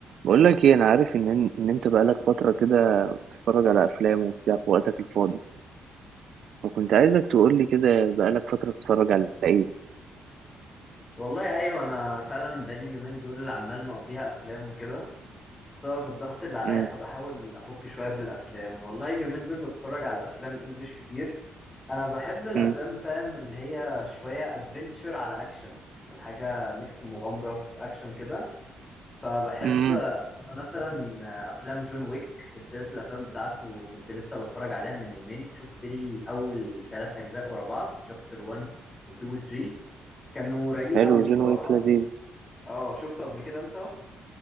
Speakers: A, on the right; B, on the left.
A: بقول لك ايه انا عارف ان ان انت بقالك فتره كده بتتفرج على افلام وبتاع في وقتك الفاضي وكنت عايزك تقول لي كده بقالك فتره بتتفرج على ايه
B: والله ايوه انا فعلا بقالي اليومين دول عمال مقضيها افلام وكده بسبب الضغط اللي عليا
A: امم
B: فبحاول افك شويه بالافلام والله اليومين دول بتفرج على افلام انجليش كتير انا بحب الافلام
A: امم
B: فاهم اللي هي شويه ادفنتشر على اكشن تكون حاجه ميكس مغامره في اكشن كده فبحب
A: امم
B: مثلا افلام جون ويك سلسله الافلام بتاعته كنت لسه بتفرج عليها من يومين شفت لي اول ثلاث اجزاء ورا بعض شابتر 1 و2 و3 كانوا رايقين
A: حلو
B: قوي الصراحه
A: جون ويك لذيذ
B: اه شفته قبل كده انت